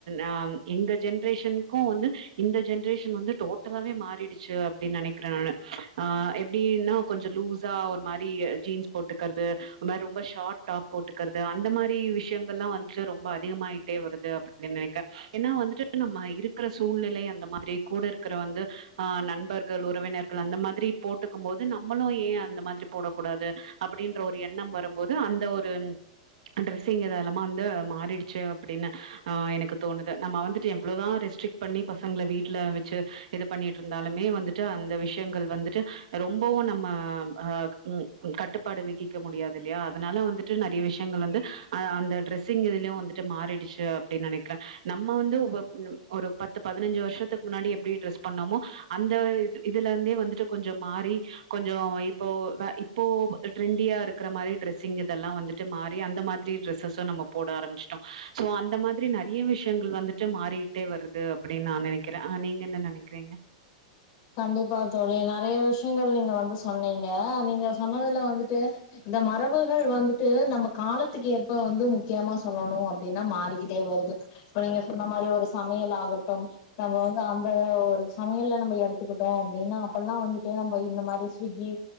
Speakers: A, on the right; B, on the left.
A: ஆ எங்க ஜெனெற்ஷன்க்கு வந்து இந்த ஜெனெற்ஷன் வந்து டோட்டலாவே மாறிடுச்சி அப்படின்னு நினைக்கிற நானு ஆ எப்படின்னா கொஞ்ச லூஸா ஒரு மாதிரி ஜீன்ஸ் போட்டுக்கிறது ஒரு மாதிரி ரொம்ப ஷார்ட் டாப் போட்டுக்கிறது அந்த மாதிரி விஷயங்கள் எல்லா வந்துட்டு ரொம்ப அதிகமாயிட்டே வருது அப்படி நினைக்கே ஏன்னா வந்துட்டு நம்ம இருக்கிற சூழ்நிலை அந்த மாதிரி கூட இருக்கிற வந்து ஆ நண்பர்கள் உறவினர்கள் அந்த மாதிரி போட்டுக்கு போது நம்மளு ஏ அந்த மாதிரி போடக்கூடாது அப்படின்ற ஒரு எண்ணம் வரும்போது அந்த ஒரு ட்ரெஸ்ஸிங் இதல்லாம வந்து மாறி ச்சி அப்டின்னு ஆ எனக்கு தோணுது நம்ம வந்துட்டு எவ்வளோதா ரெஸ்ட்ரிக்ட் பண்ணி பசங்களை வீட்டுல வச்சி இது பண்ணிட்டு இருந்தாலுமே வந்துட்டு அந்த விஷயங்கள் வந்துட்டு ரொம்பவு நம்ம ஆ ம் கட்டுப்பாடு விகிக்க முடியாது இல்லையா அதனால வந்துட்டு நெறைய விஷயங்கள் வந்து அ அந்த டிரெஸ்ஸிங் எதுலயு வந்துட்டு ட்டு மாறிடுச்சி அப்டின்னு நெனைக்கிறே நம்ம வந்து ஒரு ம் ஒரு பத்து பதினஞ்சி வருஷத்துக்கு முன்னாடி எப்டி டிரஸ் பண்ணமோ அந்த இ இதுல இருந்தே வந்து கொஞ்சோ மாறி கொஞ்சோ இப்போ வே இப்போ ட்ரெண்டியா இருக்கிற மாரி டிரஸ்ங் இதெல்லா வந்துட்டு மாறி அந்த மாதிரி டிரஸு நம்ம போட ஆரம்பிச்ச சோ அந்த மாதிரி நிறைய விஷயங்கள் வந்துட்டு மாறிக்கிட்டே வருது அப்படின்னு நா நினைக்கிறே ஆ நீங்க என்ன நினைக்கிறீங்க
B: கண்டிப்பா தோழி நறைய விஷயங்கள் நீங்க வந்து சொன்னீங்க நீங்க சொன்னதுல வந்துட்டு இந்த மரபுகள் வந்துட்டு நம்ம காலத்துக்கு ஏற்ப வந்து முக்கியமா சொல்லணும் அப்டின்னா மாறிக்கிட்டே வருது இப்ப நீங்க சொன்ன மாரி ஒரு ச சமையல் ஆகொட்டும் நம்மொ வந் அந்த அ ஒரு சமையல்ல நம்பொ எடுத்த த்துக்கிட்டோ அப்டின்னா அப்பல்லா வந்துட்டு நம்ப இந்த மாரி ஸ்விக்கி